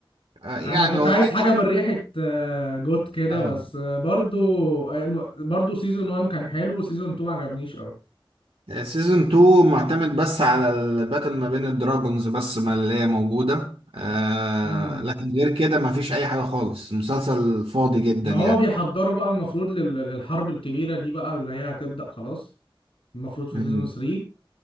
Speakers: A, on the right (about 85°); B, on the left (about 85°).
A: يعني
B: انا كنت
A: هو
B: عايز
A: بقى-
B: حاجه من ريحه آه، جوت كده
A: اه
B: بس آه، برضو آه، الم- برضو سيزون 1 كان حلو وسيزون 2 ما عجبنيش قوي
A: سيزون 2 معتمد بس على الباتل ما بين الدراجونز بس ما اللي هي موجودة آه
B: امم
A: لكن غير كده ما فيش أي حاجة خالص مسلسل فاضي جدا
B: ما
A: يعني
B: هو بيحضروا بقى المفروض لل- للحرب الكبيره دي بقى اللي هي هتبدا خلاص المفروض في
A: مم،
B: سيزون 3